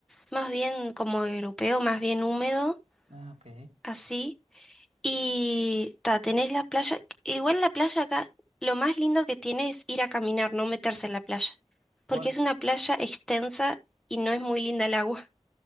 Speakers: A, in the centre; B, on the right.
A: más bien como europeo, más bien húmedo,
B: Ah, ok.
A: así. Y ta, tenés la playa. Igual la playa acá, lo más lindo que tiene es ir a caminar, no meterse en la playa. Porque
B: Por...
A: es una playa extensa y no es muy linda el agua.